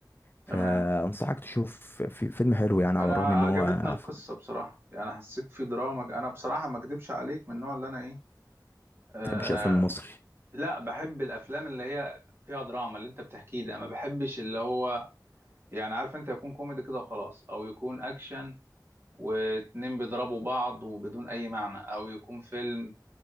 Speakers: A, on the right (about 35°); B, on the left (about 30°).
A: تمام
B: فأنصحك تشوف في فيلم حلو يعني
A: انا
B: على الرغم
A: عجبتني
B: إن هو
A: القصه
B: ف- ما
A: بصراحه يعني حسيت في دراما انا بصراحه ما اكدبش عليك من النوع اللي انا ايه آه
B: بتحبش الأفلام المصري
A: لا بحب الافلام اللي هي فيها دراما اللي انت بتحكيه ده ما بحبش اللي هو يعني عارف انت يكون كوميدي كده وخلاص او يكون اكشن واتنين بيضربوا بعض وبدون اي معنى او يكون فيلم